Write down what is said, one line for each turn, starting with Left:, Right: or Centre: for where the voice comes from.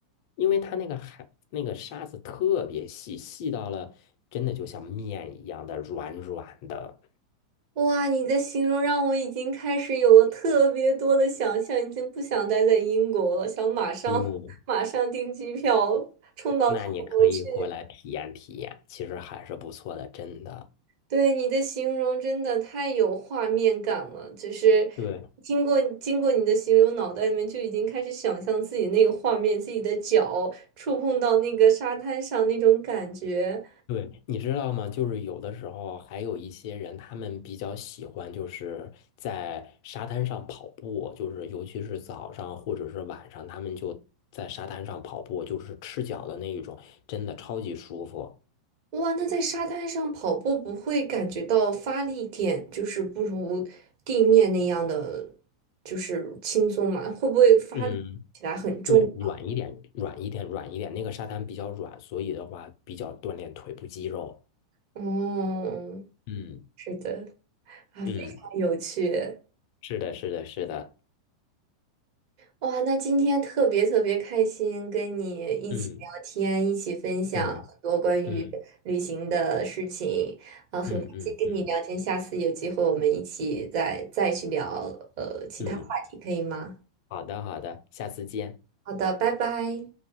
Left: 因为它那个海那个沙子特别细，细到了真的就像面一样的软软的。
Right: 哇，你的形容让我已经开始有了特别多的想象，已经不想待在英国了，想马上马上订机票冲到泰国去。
Left: 哦，那你可以过来体验体验，其实还是不错的，真的。
Right: 对你的形容真的太有画面感了，就是
Left: 对
Right: 经过经过你的形容，脑袋里面就已经开始想象自己那个画面，自己的脚触碰到那个沙滩上那种感觉。
Left: 对，你知道吗？就是有的时候还有一些人，他们比较喜欢就是在沙滩上跑步，就是尤其是早上或者是晚上，他们就在沙滩上跑步，就是赤脚的那一种，真的超级舒服。
Right: 哇，那在沙滩上跑步不会感觉到发力点就是不如地面那样的就是轻松嘛？会不会发力起来很重啊？
Left: 嗯，对，软一点，软一点，软一点。那个沙滩比较软，所以的话比较锻炼腿部肌肉。
Right: 哦，
Left: 嗯
Right: 是的，啊，非常有趣。
Left: 嗯，是的，是的，是的。
Right: 哇，那今天特别特别开心，跟你一起聊天，
Left: 嗯。
Right: 一起分享很多关于旅行的事情，
Left: 嗯嗯
Right: 啊、很开心跟你聊天。
Left: 嗯嗯嗯
Right: 下次有机会我们一起再再去聊呃其他话题，
Left: 嗯，
Right: 可以吗？
Left: 好的好的，下次见，
Right: 好的，拜拜。